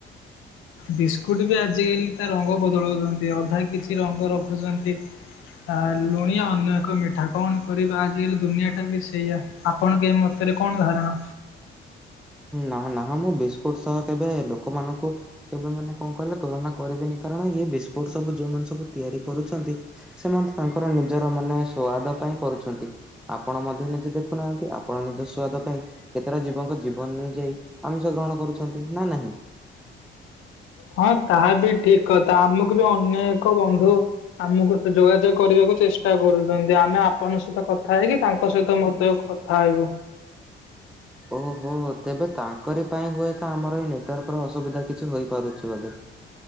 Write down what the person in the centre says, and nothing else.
ନାଁ ନାଁ ମୁଁ ବି ବିସ୍କୁଟ ସହ କେବେ ଲୋକମାନଙ୍କୁ କେବେ ମାନେ କଣ କହିଲ ତୁଳନା କରିବେନି କାରଣ ଏଇ ବିସ୍କୁଟ ସବୁ ଯୋଉମାନେ ସବୁ ତିଆରି କରୁଛନ୍ତି ସେମାନେ ତାଙ୍କର ନିଜର ମାନେ ସୁଆଦ ପାଇଁ କରୁଛନ୍ତି ଆପଣ ମଧ୍ୟ ନିଜେ ଦେଖୁନାହାନ୍ତି ଆପଣ ନିଜ ସୁଆଦ ପାଇଁ କେତେଟା ଜୀବଙ୍କ ଜୀବନ ନେଇ ଯାଇ ଆମିଷ ଗ୍ରହଣ କରୁଛନ୍ତି ନା ନାହିଁ?
ଓହୋ ତେବେ ତାଙ୍କରି ପାଇଁ ହୁଏତ ଆମର ଏଇ ନେଟୱାର୍କ ର ଅସୁବିଧା କିଛି ହେପାରୁଛି ବୋଧେ।